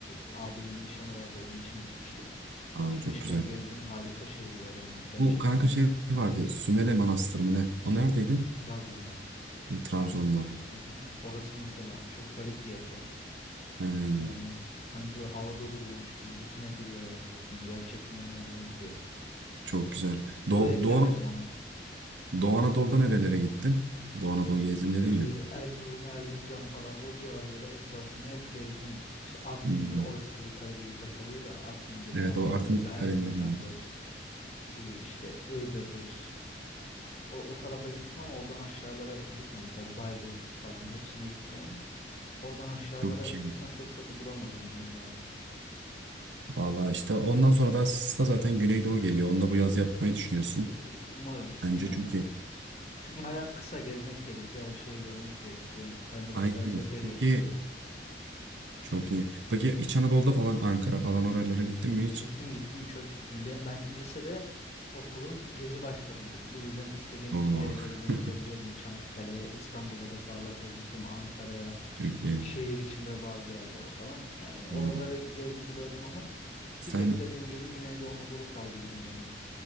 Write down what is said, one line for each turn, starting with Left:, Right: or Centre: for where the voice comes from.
Left: e, abimin nişanı vardı. Onun için gitmiştik.
Right: Aa,
Left: Gitmişken
Right: çok güzel.
Left: gezdim. Harika şehirler yani gerçekten.
Right: Bu kanka şey vardı. Sümele Manastırı mı ne? O
Left: Hı
Right: neredeydi?
Left: hı. Trabzon'da.
Right: Trabzon'da.
Left: Hı hı. Orası mesela çok garip bir yapı.
Right: Hmm,
Left: Yani sanki böyle havada duruyormuş gibi dikine duruyor yani resmen. Yer çekimi meydan okuyor.
Right: çok güzel.
Left: Oraya
Right: Doğu,
Left: gidemedim
Right: Doğu,
Left: ama.
Right: Doğu Anadolu'da nerelere gittin? Doğu Anadolu gezdim dedin
Left: Ee,
Right: ya.
Left: Erzurum, Erzincan falan o civarları etrafını hep gezdim. İşte Artvin'dir,
Right: Hmm,
Left: orası tabii Karadeniz'de kalıyor da Artvin'dir, Erzurum'dur,
Right: Evet o Artvin
Left: Erzincan'dır,
Right: Kalesi'nde.
Left: ee, işte Iğdır'dır. O, o tarafa gittim ama oradan aşağılara gitmedim. Tabii Bayburt falan hepsine gittim ama oradan aşağılara
Right: Çok
Left: gitme
Right: iyi.
Left: fırsatı bulamadım henüz daha.
Right: Valla işte ondan sonra da aslında zaten Güneydoğu geliyor. Onu da bu yaz yapmayı düşünüyorsun.
Left: İ- Umarım
Right: Bence
Left: yani.
Right: çünkü.
Left: Çünkü hayat kısa, gezmek gerekiyor, her şeyi görmek gerekiyor. Ben de
Right: Aynen.
Left: bu felsefeyle
Right: Peki
Left: yaşıyorum.
Right: çok iyi. Peki İç Anadolu'da falan Ankara falan oralara gittin mi hiç?
Left: Gittim gittim çok gittim. Ben, ben lisede okulun gezi başkanıydım. Bu yüzden istediğim
Right: Oo.
Left: yere gezmeye
Right: <laughs>
Left: gidebiliyordum. Çanakkale'ye, İstanbul'a defalarca gittim. Ankara'ya,
Right: Çok iyi.
Left: şehir içinde bazı yerlere falan. Yani oraları
Right: Hmm.
Left: gezdim gördüm ama
Right: Sen
Left: bir tek dediğim gibi Güneydoğu Anadolu kaldı gidemedim.